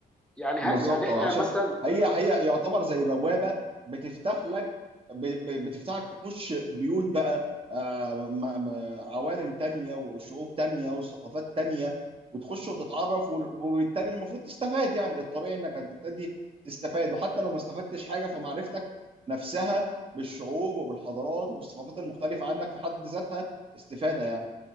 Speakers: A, in the centre; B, on the right (about 35°).
A: يعني ها
B: بالظبط
A: يعني احنا
B: اه عشان
A: مثلا
B: هي هي يعتبر زي بوابه بتفتح لك ب- ب- بتفتحك تخش بيوت بقى آه، م- م- عوالم تانية وشعوب تانية وثقافات تانية وتخش وتتعرف وال- وبالتالي المفروض تستفاد يعني الطبيعي انك هتبتدي تستفاد وحتى لو ما استفدتش حاجة فمعرفتك نفسها بالشعوب وبالحضارات وبالثقافات المختلفة عنك في حد ذاتها استفادة